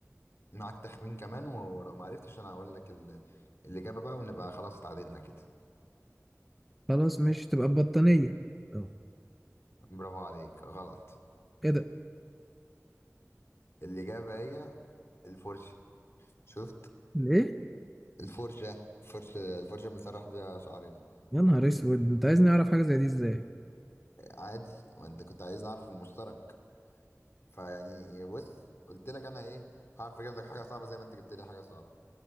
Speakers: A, on the left; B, in the centre.
A: معاك تخمين كمان ولو ما عرفتش انا هقول لك ال... الاجابه بقى ونبقى خلاص اتعادلنا كده
B: خلاص مش تبقى البطانية طب
A: برافو عليك غلط
B: ايه ده
A: الاجابه هي الفرشه شفت
B: الايه
A: الفرشه فرشة الفرشة بنسرح بيها شعرنا
B: يا نهار اسود انت عايزني اعرف حاجة زي دي ازاي
A: عادي ما انت كنت عايز اعرف المشترك فيعني بص قلت لك انا ايه هعرف اجيب لك حاجه صعبه زي ما انت جبت لي حاجه صعبه